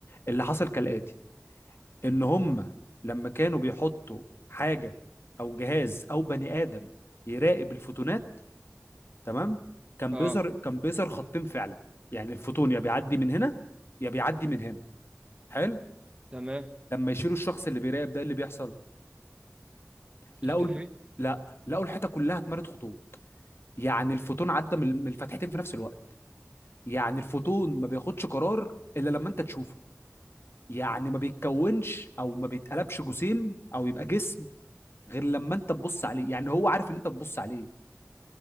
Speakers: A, on the left; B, on the right.
A: اللي حصل كالاتي ان هم لما كانوا بيحطوا حاجه او جهاز او بني ادم يراقب الفوتونات تمام كان
B: اه
A: بيظهر كان بيظهر خطين فعلا يعني الفوتون يا بيعدي من هنا يا بيعدي من هنا حلو
B: تمام
A: لما يشيلوا الشخص اللي بيراقب ده إيه اللي بيحصل لقوا
B: تختفي
A: الب... لا لقوا الحيطه كلها اتمرت خطوط يعني الفوتون عدى من من الفتحتين في نفس الوقت يعني الفوتون ما بياخدش قرار الا لما انت تشوفه يعني ما بيتكونش او ما بيتقلبش جسيم او يبقى جسم غير لما انت تبص عليه يعني هو عارف ان انت بتبص عليه